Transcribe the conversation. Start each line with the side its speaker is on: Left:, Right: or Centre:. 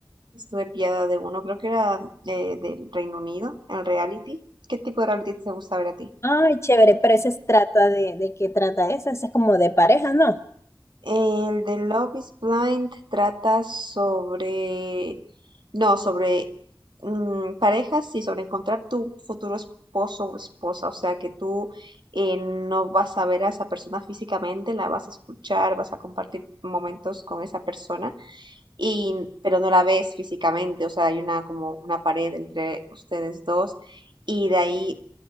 Right: Estuve pillada de uno, creo que era eh, del Reino Unido, el reality. ¿Qué tipo de reality te gusta ver a ti?
Left: ay, chévere, pero ese se trata de, ¿de qué trata ese? Ese es como de parejas, ¿no?
Right: El de Love is Blind trata sobre, no, sobre mm, parejas y sobre encontrar tu futuro esposo o esposa. O sea, que tú eh, no vas a ver a esa persona físicamente, la vas a escuchar, vas a compartir momentos con esa persona, y, pero no la ves físicamente. O sea, hay una como una pared entre ustedes dos y de ahí